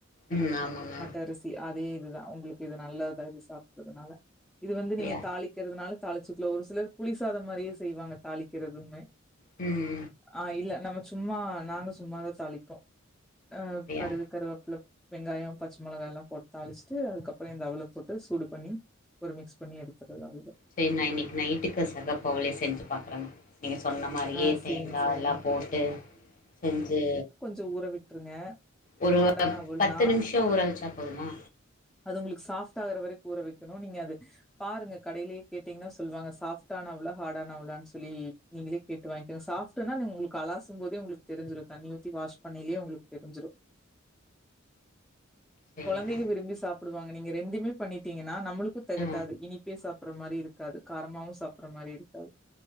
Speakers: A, on the left; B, in the centre.
A: ம். ஆமாங்க.
B: மட்ட அரி சி அதே இதுதா உங்ளுக்கு இது நல்லதுதா இது சாப்புறதுனால இது வந்து
A: அப்படியா?
B: நீங்க தாளிக்கிறதுனாலு தாளி ச்சுக்லா ஒரு சிலர் புளிசாத மாரியே செய்வாங்க தாளிக்கிறதுமே
A: ம்
B: ஆ இல்ல நம்ம சும்மா நாங்க சும்மாதா தாளிப்போ ஆ
A: அப்படியா?
B: கடுகு கருவேப்புல வெங்காயொ பச்ச மொளகா எல்லா போட் தாளிச்ட்டு அதுக்கப்றோ இந்த அவுல போட்டு சூடு பண்ணி ஒரு மிக்ஸ் பண்ணி எடுத்துர்றது அவ்ளதா
A: சேர் நா இன்னக்கி நைட்டுக்கு செகப்பவுலே செஞ்சு பாக்குறேங்க நீங்கள் சொன்ன மாரியே
B: ஆ
A: தேங்கா
B: செய்ங்க செய்ங்க
A: எல்லா போட்டு செஞ்சு
B: டு ஊற விட்ருங்க
A: ஒரு
B: ஹார்டான அவல்னா
A: பத்து நிம்ஷொ ஊற வச்சா போதுமா?
B: அது உங்ளுக்கு சாஃப்ட் ஆகுற வரைக் ஊற வக்கெனு நீங்க அது பாருங்க கடைலே கேட்டீங்னா சொல்வாங்க சாஃப்டான அவுலா ஹாடான அவுலான் சொல்லி நீங்களே கேட்டு வாங்கெங்க சாஃப்டுன்னா நி உங்ளுக் அலாசும்போதே உங்ளுக் தெருஞ்சுரு தண்ணி ஊத்தி வாஷ் பன்னைலே உங்களுக் தெருஞ்சுரு
A: சரிங்க.
B: கொழந்தைக விரும்பி சாப் புடுவாங்க நீங்க ரெண்டுமே பண்ணிட்டீங்கனா நம்மளுக்கு தெகட்டாது
A: ஆ
B: இனிப்பே சாப்புற மாரி இருக்காது காரமாவு சாப்புற மாரி இருக்காது